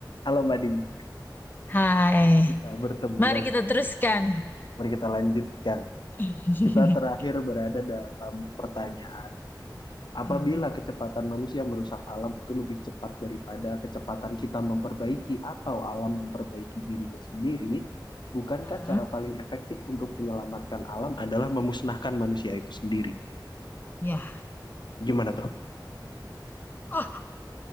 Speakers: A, on the left (about 70°); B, on the left (about 25°).
A: Halo Madin,
B: Hai,
A: kita bertemu
B: mari
A: lagi.
B: kita teruskan.
A: Mari kita lanjutkan.
B: <laughs>
A: Kita terakhir berada dalam pertanyaan. Apabila
B: Hmm.
A: kecepatan manusia merusak alam itu lebih cepat daripada kecepatan kita memperbaiki atau alam memperbaiki dirinya sendiri, bukankah
B: Mm-mm.
A: cara paling efektif untuk menyelamatkan alam adalah memusnahkan manusia itu sendiri?
B: Ya.
A: Gimana tuh?
B: Oh,